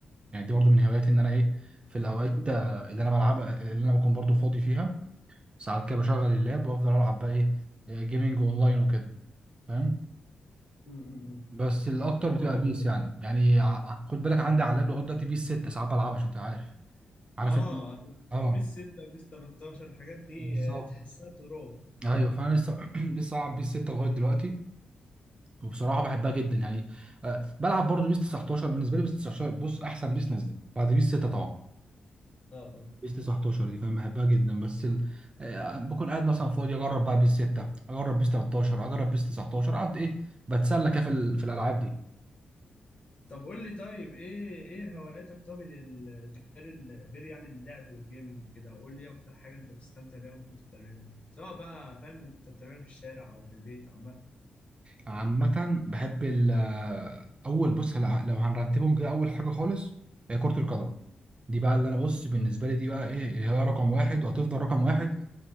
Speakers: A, on the right; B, on the left.
A: يعني دي برضو من هواياتي ان انا ايه في الاوقات آه، اللي انا بلعب اللي انا بكون برضو فاضي فيها ساعات كده بشغل اللاب وافضل العب بقى ايه آه، جيمينج اونلاين وكده فاهم
B: امم
A: بس الاكتر
B: طب
A: بتبقى
B: قول لي
A: بيس
B: طيب.
A: يعني يعني ع- خد بالك عندي على اللاب لغايه دلوقتي بيس 6 ساعات بلعبها عشان انت عارف عارف
B: آه
A: إن-
B: أنا
A: اه
B: بيس 6 وبيس 13 الحاجات دي
A: بالظبط
B: آه تحسها تراب
A: ايوه فانا لسه <clears throat> لسه العب بيس 6 لغايه دلوقتي وبصراحه بحبها جدا يعني آه، بلعب برضو بيس 19 بالنسبه لي بيس 19 بص احسن بيس نزلت بعد بيس 6 طبعا
B: اه اه
A: بيس 19 دي فاهم بحبها جدا بس ال... آه، بكون قاعد مثلا فاضي اجرب بقى بيس 6 اجرب بيس 13 اجرب بيس 19 اقعد ايه بتسلى كده في, ال... في الالعاب دي
B: طب قول لي طيب إيه إيه هواياتك طب ال- غير ال- غير يعني اللعب والجيمنج كده وقول لي إيه أكتر حاجة أنت بتستمتع بيها وأنت بتعملها سواء بقى فاهم وأنت بتعملها في الشارع أو في البيت عامة
A: عامه بحب ال... آه، اول بص هلا- لو هنرتبهم كده اول حاجه خالص هي كره القدم دي بقى اللي انا بص بالنسبه لي دي بقى ايه هي رقم واحد وهتفضل رقم واحد